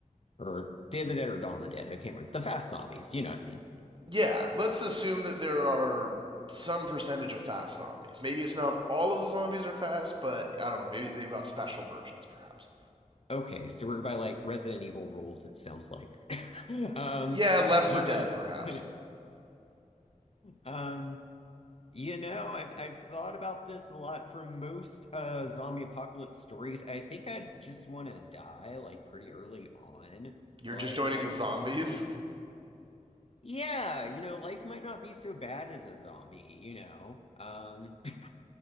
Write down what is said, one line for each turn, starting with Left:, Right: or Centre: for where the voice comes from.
Left: Or Day of the Dead or Dawn of the Dead. I can't remember. The fast zombies, you know what I mean?
Right: Yeah, let's assume that there are some percentage of fast zombies. Maybe it's not all of the zombies are fast, but I don't know. Maybe they've got special versions, perhaps.
Left: Okay, so we're by like Resident Evil rules, it sounds like. <laughs> Um,
Right: Yeah, Left
Left: you
Right: for
Left: know.
Right: Dead, perhaps.
Left: <laughs> Um, You know, I've I've thought about this a lot for most uh zombie apocalypse stories. I think I just want to die like pretty early on.
Right: You're
Left: Like
Right: just joining
Left: I
Right: the
Left: don't
Right: zombies.
Left: yeah, you know, life might not be so bad as a zombie, you know. Um <laughs>